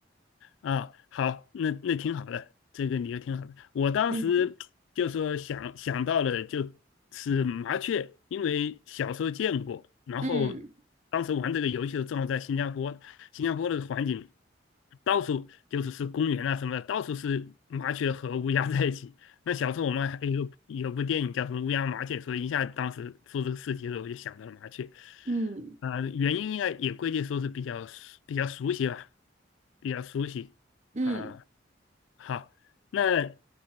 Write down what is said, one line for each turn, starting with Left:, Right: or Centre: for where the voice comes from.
Left: 啊，好，那那挺好的，这个理由挺好的。我当时就说想想到了就是麻雀，
Right: 嗯
Left: 因为小时候见过，然后当时玩这个游戏的时候正好在新加坡，
Right: 嗯。
Left: 新加坡的环境到处就是是公园啊什么的，到处是麻雀和乌鸦在一起。那小时候我们还有有部电影叫什么《乌鸦麻雀》，所以一下当时做这个事情的时候我就想到了麻雀。
Right: 嗯
Left: 啊、原因应该也归结说是比较熟比较熟悉吧，比较熟悉啊、
Right: 嗯，
Left: 好，那